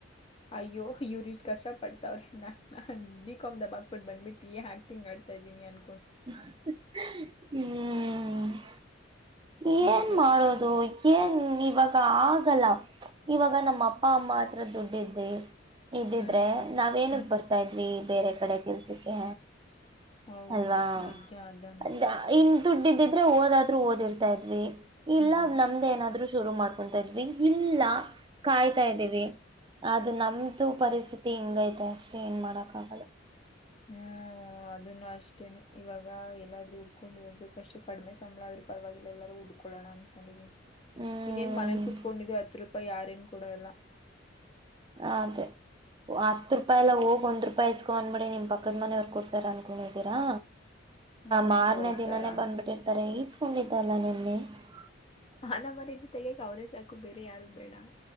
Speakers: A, on the left; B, on the right.
A: ಅಯ್ಯೋ ಇವ್ರು ಇಷ್ಟು ಕಷ್ಟ ಪಡ್ತಾವ್ರೆ ನಾನ ಬಿ ಕಾಮ್ ದಬಾಕ ಬಿಟ್ಟ ಬಂದಬಟ್ಟ ಏನ್ ಆಕ್ಟಿಂಗ್ ಆಡ್ತಾ ಇದೀನಿ ಅನ್
B: ಹ್ಮ
A: ಹಂಗೆ
B: ಏನ್ ಮಾಡೋದು ಏನ್ ಇವಾಗ ಆಗಲ್ಲ ಇವಾಗ ನಮ್ಮ ಅಪ್ಪ ಅಮ್ಮ ಮಾತ್ರ ದುಡಿದ್ದಿ ಇದಿದ್ರೆ
A: ಹ್ಮ್
B: ನಾವ್ ಏನಕ್
A: ಹ್ಮ್
B: ಬರ್ತಾ ಇದ್ವಿ ಬೇರೆ ಕಡೆ ಕೆಲ್ಸಕ್ಕೆ
A: ಹೌದು
B: ಅಲ್ವಾ
A: ನಿಜ ಅದಂತು
B: ಅದಾ ಇಲ್ಲ ದುಡ್ಡ ಇದಿದ್ರೆ ಓದಾದ್ರೂ ಓದ <unintelligible> ತಡಿರಿ ಇಲ್ಲ
A: ಹ್ಮ್
B: ನಮ್ದ್ ಏನಾದ್ರು ಶುರು ಮಾಡಕೊತಾ ಇದ್ವಿ ಇಲ್ಲಾ ಕಾಯ್ತಾ ಇದೀವಿ. <unintelligible> ಅದು ನಮ್ದು ಪರಿಸ್ಥಿತಿ ಹಿಂಗ ಐತೆ ಅಷ್ಟೇ ಏನ್ ಮಾಡಕ್ ಆಗಲ್ಲ. <unintelligible>
A: ಹೂ <unintelligible> ಹೂ ಅದನ್ನು ಅಷ್ಟೇನೆ ಇವಾಗ ಎಲ್ಲಾದ್ರೂ ಉಡ್ಕೊಂಡು ಹೋಗಬೇಕು ಅಷ್ಟೇ ಕಡಿಮೆ ಸಂಬಳ ಆದ್ರೂ ಪರವಾಗಿಲ್ಲ ಎಲ್ಲೂರು <unintelligible> ಬೀಡೋನಾ ಅನ್ಕೊಂಡೀದಿನೀ <unintelligible>
B: ಹ್ಮ್
A: ಇನ್ನೇನ್ ಮನೇಲಿ ಕುೂತ್ಕೊಂಡಿದ್ರು ಹತ್ತು ರೂಪಾಯಿ ಯಾರೇನ್ ಕೊಡಲ್ಲ? <unintelligible>
B: ಅದೇ ಹತ್ತ ರೂಪಾಯಿ ಎಲ್ಲ ಹೋಗ್ ಒಂದ್ ರೂಪಾಯಿ ಇಸಕೋ ಅನಬೇಡಿ ನಿಮ್ಮ ಪಕ್ಕ <unintelligible> ಪಕ್ಕದ ಮನೆಯವರ್ ಕೊಡ್ತಾರ ಅನ್ಕೊಂಡಿದ್ದೀರಾ
A: ಹ್ಮ್
B: ಮಾರನೇ
A: ಕೊಡ್ತಾರ
B: ದಿನನೇ ಬಂದ್ಬಿಟ್ಟಿರ್ತಾರೆ ಇಸ್ <unintelligible> ಸುಮ್ನೆ ಇದ್ದಲಾ ನಿನ್ನೆ. <unintelligible>
A: ಮಾನ ಮರ್ಯಾದೆ ತೆಗೆಯೋಕೆ ಅವರೇ ಸಾಕು ಬೇರೆ ಯಾರು ಬೇಡ?